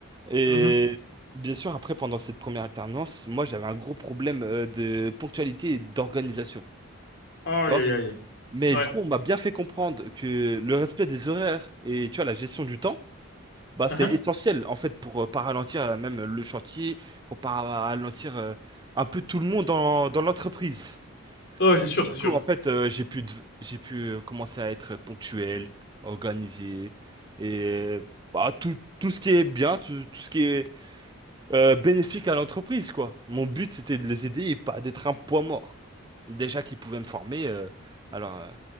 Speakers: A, on the right; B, on the left.
A: Et
B: Mhm.
A: bien sûr, après, pendant cette première alternance, moi, j'avais un gros problème euh, de ponctualité et d'organisation.
B: Aïe,
A: Tu vois.
B: aïe, aïe.
A: Mais
B: Ouais.
A: du coup, on m'a bien fait comprendre que le respect des horaires et tu vois, la gestion du temps, bah,
B: Uhum.
A: c'est essentiel en fait pour euh, pas ralentir euh, même le chantier, pour pas ralentir euh, un peu tout le monde dans, dans l'entreprise.
B: Ouais, c'est sûr, c'est
A: Du
B: sûr.
A: coup, en fait, euh, j'ai pu, dev- j'ai pu euh, commencer à être ponctuel, organisé et bah, tout, tout ce qui est bien, tout, tout ce qui est euh, bénéfique à l'entreprise, quoi. Mon but, c'était de les aider et pas d'être un poids mort. Déjà qu'ils pouvaient me former, euh, alors euh,